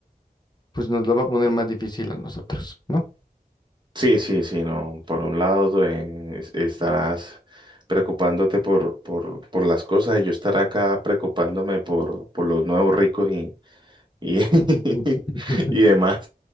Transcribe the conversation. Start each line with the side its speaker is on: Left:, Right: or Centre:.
Left: pues nos lo va a poner más difícil a nosotros, ¿no?
Right: Sí, sí, sí, no. Por un lado, eh, es- estarás preocupándote por, por, por las cosas y yo estaré acá preocupándome por, por los nuevos ricos y, y, <laughs>
Left: <laughs>
Right: y demás.